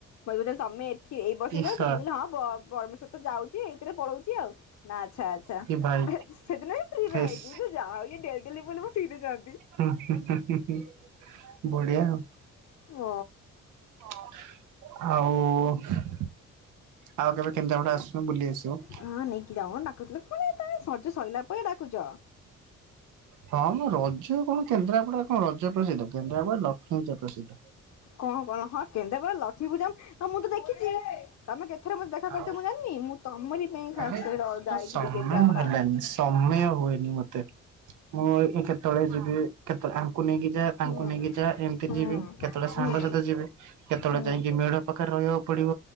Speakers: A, on the left; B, on the right.
A: କ ତମେ ଏଠି ଏଇ ବସ
B: ଇଶା
A: ଯାଉଛ ମୁଁ କହିଲିଁ ପରମେଶ୍ୱର ତ ଯାଉଛି। ସିଏ ଏଇଥିରେ ପଳଉଛି ଆଉ ନା ଆଚ୍ଛା ଆଚ୍ଛା।
B: କି ଭାଇ
A: ସେଦିନ ବି ଫ୍ରି
B: ହେସ୍
A: ରେ ଆଇଛି ମୁଁ ତ ଯାହା ହଉ ଏ ଡେ ଡେଲି ବୋଲି ମୁଁ ଫିରେ ଯାଆନ୍ତି।
B: ସବୁ ଠିକ୍ ରେ ଚାଲିଚି। ହୁଁ ବଢିଆ ଆଉ।
A: ଅ।
B: ଆଉ। ଆଉ କେବେ କେନ୍ଦ୍ରାପଡ଼ା ଆସୁନୁ ବୁଲି ଆସିବ।
A: ହଁ ନେଇକି ଯାଉନ ଡାକୁଥିଲୁ ମାନେ ସେତେ ସଜ ସରିଲା ପରେ ଡାକୁଚ।
B: ହଁ ମ ରଜ କଣ କେନ୍ଦ୍ରାପଡା କଣ ରଜ ପ୍ରସିଦ୍ଧ କେନ୍ଦ୍ରାପଡା ରେ ଲକ୍ଷ୍ମୀ ପୂଜା ପ୍ରସିଦ୍ଧ।
A: କଣ କଣ ହଁ କେନ୍ଦ୍ରାପଡ଼ା ରେ ଲକ୍ଷ୍ମୀ ପୂଜା ହଁ ମୁଁ ତ ଦେଖିଛି। ତମେ କେଥରେ ମତେ ଦେଖା
B: ଆଉ
A: କରିଚ ମୁଁ ଜାଣିନି, ମୁଁ ତମରି ପାଇଁ ଖାସକରି
B: ଆରେ ସେଟା
A: ଯାଇଥିଲି
B: ସମୟ
A: କେନ୍ଦ୍ରାପଡା।
B: ହେଲାନି ସମୟ ହୁଏନି ମତେ। ମୁଁ ଏଇ କେତେବେଳେ ଯିବି କେତେଳେ ଆଙ୍କୁ ନେଇକି ଯା ତାଙ୍କୁ
A: ହୁଁ
B: ନେଇକି ଯା ଏମିତି
A: ହୁଁ
B: ଯିବି କେତେବେଳେ ସାଙ୍ଗ
A: ହୁଁ
B: ସହିତ ଯିବି କେତେବେଳେ
A: ହୁଁ
B: ଯାଇକି ମେଢ ପାଖରେ ରହିବାକୁ ପଡିବ।